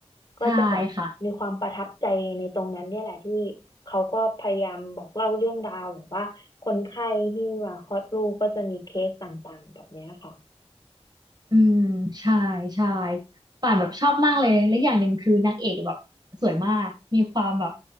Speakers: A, on the left; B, on the right.
A: ก็จะแบบมีความประทับใจในตรงนั้นเนี่ยแหละที่
B: ใช่ค่ะ
A: เขาก็พยายามบอกเล่าเรื่องราวแบบว่าคนไข้ที่มาคลอดลูกก็จะมีเคสต่างๆแบบเนี้ยค่ะ
B: อืมใช่ใช่ป่านแบบชอบมากเลยและอย่างหนึ่งคือนางเอกแบบสวยมากมีความแบบ